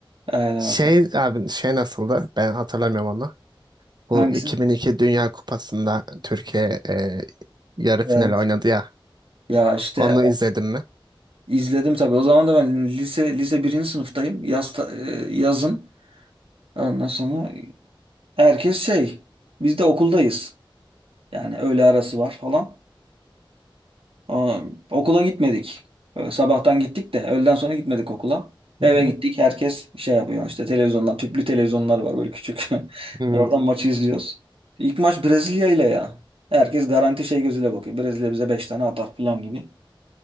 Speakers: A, on the right; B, on the right.
A: Haydi
B: Şey
A: bakalım.
B: abi şey nasıldı? Ben hatırlamıyorum onu. Bu
A: Hangisi?
B: 2002 Dünya Kupası'nda Türkiye e, yarı
A: Evet.
B: final oynadı ya.
A: Ya işte
B: Onu izledin mi?
A: İzledim tabii. O zaman da ben lise lise birinci sınıftayım. Yaz, ta- e, yazın. Ondan sonra herkes şey. Biz de okuldayız. Yani öğle arası var falan. Aa, okula gitmedik. Ee, Sabahtan gittik de öğleden sonra gitmedik okula.
B: Hı
A: Eve gittik. Herkes şey yapıyor işte televizyondan. Tüplü televizyonlar var böyle küçük. <laughs>
B: hı. Hmm.
A: Oradan maçı izliyoruz. İlk maç Brezilya ile ya. Herkes garanti şey gözüyle bakıyor. Brezilya bize 5 tane atar falan gibi.